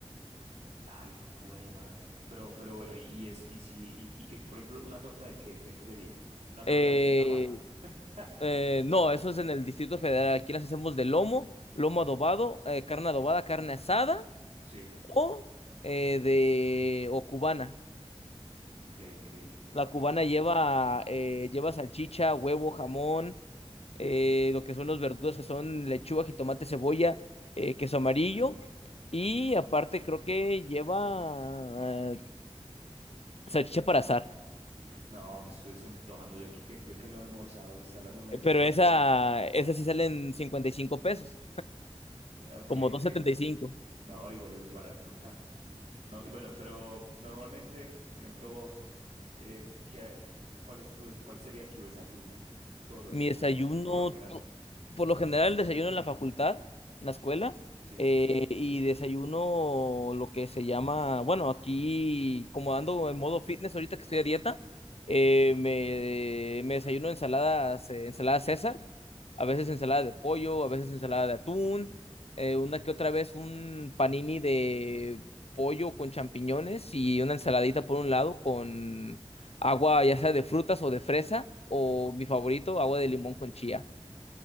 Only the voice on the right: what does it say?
Ay, jue madre. Pero, pero bueno, y, y es, y si, y, y que, por ejemplo, una torta de qué, de qué sería? Una torta
de de tamal. <laughs>
Sí.
Ok, ok.
Pe-
No, me estoy desantojando yo aquí que yo que no he almorzado y está hablándome de esas
cosas
tan... ric-
Ok,
ok.
No, igual es muy barato. ja. No, y bueno, pero normalmente, por ejemplo, vos, eh, ¿qué hay- cuál es tu des- cuál sería tu desayuno todos los
días?
O sea, por lo general.
Sí,
sí.
Uh,